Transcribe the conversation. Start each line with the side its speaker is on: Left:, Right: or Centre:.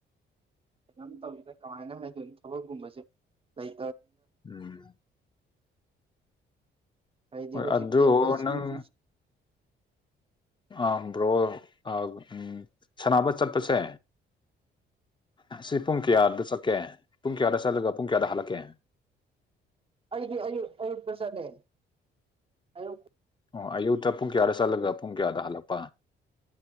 Right: ꯀꯩꯅꯣꯝ ꯇꯧꯋꯤꯗ ꯀꯃꯥꯏꯅ ꯍꯥꯏꯗꯣꯏꯅꯣ ꯊꯕꯛꯀꯨꯝꯕꯁꯦ ꯂꯩ
Left: ꯎꯝ
Right: ꯍꯥꯏꯗꯤ
Left: ꯍꯣꯏ
Right: ꯍꯧꯖꯤꯛꯇꯤ
Left: ꯑꯗꯨ
Right: ꯑꯩꯈꯣꯏ ꯁꯤ
Left: ꯅꯪ ꯑ ꯕ꯭ꯔꯣ ꯎ ꯁꯅꯕ ꯆꯠꯄꯁꯦ ꯑꯁꯤ ꯄꯨꯡ ꯀꯌꯥꯗ ꯆꯠꯀꯦ ꯄꯨꯡ ꯀꯌꯥꯗ ꯆꯠꯂꯒ ꯄꯨꯡ ꯀꯌꯥꯗ ꯍꯜꯂꯛꯀꯦ
Right: ꯑꯩꯗꯤ ꯑꯌꯨ ꯑꯌꯨ ꯄ꯭ꯔꯁꯥꯅꯦ ꯑꯌꯨ
Left: ꯑꯣ ꯑꯌꯨꯛꯇ ꯄꯨꯡ ꯀꯌꯥꯗ ꯆꯠꯂꯒ ꯄꯨꯡ ꯀꯌꯥꯗ ꯍꯜꯂꯛꯄ